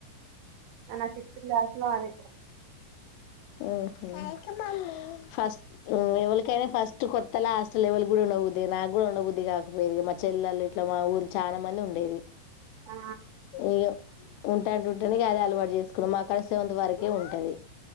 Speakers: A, on the right; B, on the left.
A: అన సిక్స్త్ క్లాస్ లో అనే
B: హ్మ్ హు ఫస్ట్ ఎవల్ కాని ఫస్ట్ కొత్తల హాస్టల్లో ఎవ్వల్ గుల్ అవ్వుద్దె నాకు గూడా ఉండబుద్ది కాకపోయేది మా చెల్లెలు ఇట్ల మా ఊరు చాలా మంది ఉండేది.
A: ఆ
B: ఇగో ఉంటా ఉంటెనె గదా అలవాటు జెస్కున్నాం మా కాడ సెవెంత్ వరకే ఉంటది.